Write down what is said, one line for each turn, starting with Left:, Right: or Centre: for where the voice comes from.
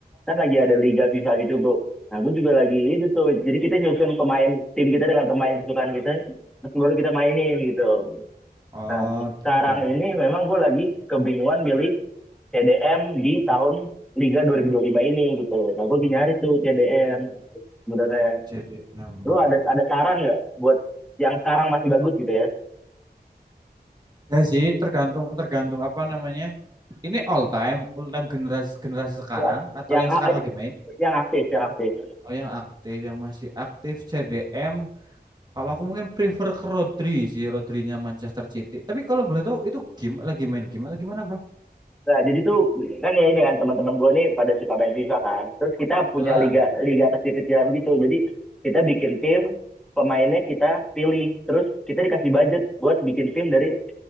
Centre: kan lagi ada liga FIFA gitu bro. Nah, gue juga lagi itu tuh. Jadi kita nyusun pemain tim kita dengan pemain kesukaan kita. Terus baru kita mainin gitu.
Right: Oh
Centre: Nah, sekarang
Right: gitu.
Centre: ini memang gue lagi kebingungan milih TDM di tahun Liga 2025 ini gitu. Nah, gue lagi nyari tuh TDM sebenarnya.
Right: Jadi enam.
Centre: Lu ada ada saran nggak buat yang sekarang masih bagus gitu ya?
Right: Ya sih tergantung tergantung apa namanya. Ini all time, all time generasi generasi sekarang
Centre: Ya,
Right: atau
Centre: yang
Right: yang sekarang
Centre: eh,
Right: lagi main?
Centre: yang aktif, yang aktif.
Right: Oh yang aktif, yang masih aktif CDM. Kalau aku mungkin prefer ke Rodri sih, Rodrinya Manchester City. Tapi kalau boleh tahu itu game lagi main game atau gimana, Bro?
Centre: Nah, jadi tuh kan ya ini kan teman-teman gue nih pada suka main FIFA kan. Terus kita punya
Right: Ah.
Centre: liga liga kecil-kecilan gitu. Jadi kita bikin tim, pemainnya kita pilih, terus kita dikasih budget buat bikin tim dari